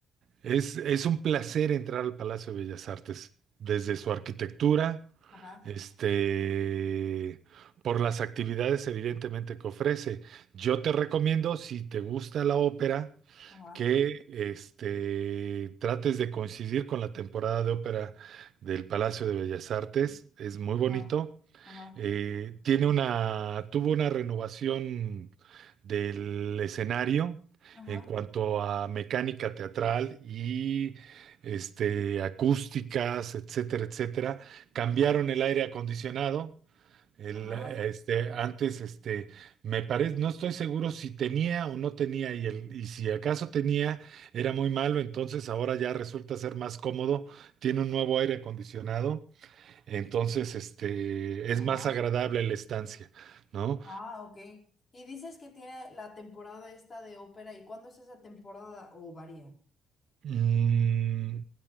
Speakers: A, on the right; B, on the left.
A: es, es un placer entrar al Palacio de Bellas Artes, desde su arquitectura.
B: Ajá,
A: este, por las actividades evidentemente que ofrece. Yo te recomiendo, si te gusta la ópera,
B: ajá,
A: que este, trates de coincidir con la temporada de ópera del Palacio de Bellas Artes. Es muy bonito.
B: ajá, ajá,
A: Eh, tiene una, tuvo una renovación del escenario
B: ajá.
A: en cuanto a mecánica teatral y este, acústicas, etcétera, etcétera. Cambiaron el aire acondicionado. El,
B: Ajá,
A: este, antes, este, me parece, no estoy seguro si tenía o no tenía, y, el, y si acaso tenía, era muy malo, entonces ahora ya resulta ser más cómodo. Tiene un nuevo aire acondicionado entonces, este, es
B: ajá.
A: más agradable la estancia, ¿no?
B: Ah, ok. Y dices que tiene la temporada esta de ópera, ¿y cuándo es esa temporada o varía?
A: Mm,